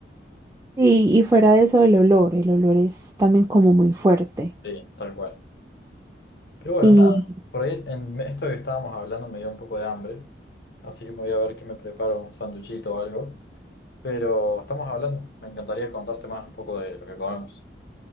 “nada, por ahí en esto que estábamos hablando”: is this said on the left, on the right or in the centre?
Left